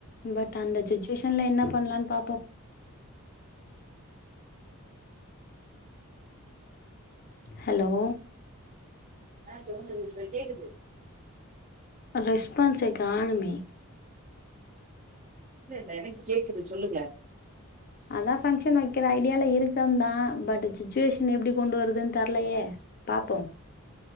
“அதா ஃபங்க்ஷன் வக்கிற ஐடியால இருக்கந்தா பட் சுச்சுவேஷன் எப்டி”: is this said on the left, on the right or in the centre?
Left